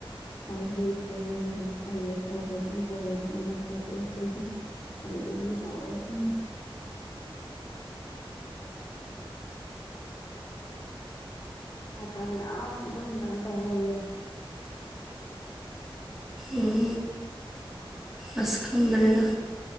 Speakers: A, on the left (about 50°); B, in the centre.
A: ꯐꯥ ꯁꯨ ꯃꯖ ꯍꯣꯏ ꯇꯧꯔꯗ ꯇ ꯑꯣꯏꯔꯗꯄꯥ ꯀꯌꯥꯁꯇ ꯇꯥꯏꯗ ꯇꯋꯥꯏꯈ ꯁꯥꯇ꯭ꯔ ꯃꯌꯥꯝ ꯑꯗꯨꯝ ꯀꯩꯅꯣ ꯇꯧꯔ ꯂꯩꯌꯦ
B: ꯎꯝ ꯑꯁ ꯈꯪꯗ꯭ꯔꯦꯒ